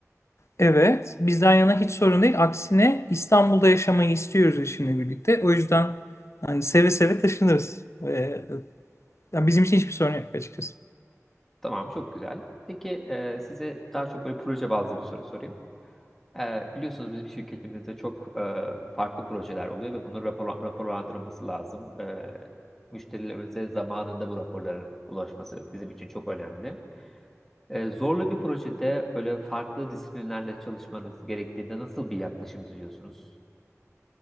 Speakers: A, on the left; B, in the centre.
A: Evet, bizden yana hiç sorun değil. Aksine İstanbul'da yaşamayı istiyoruz eşimle birlikte. O yüzden hani seve seve taşınırız. Ee, yani bizim için hiçbir sorun yok açıkçası.
B: Tamam, çok güzel. Peki e, size daha çok böyle proje bazlı bir soru sorayım. E, biliyorsunuz bizim şirketimizde çok e, farklı projeler oluyor ve bunun rapor, raporlandırılması lazım. E, müşterilerimize zamanında bu raporların ulaşması bizim için çok önemli. E, zorlu bir projede böyle farklı disiplinlerle çalışmanız gerektiğinde nasıl bir yaklaşım izliyorsunuz?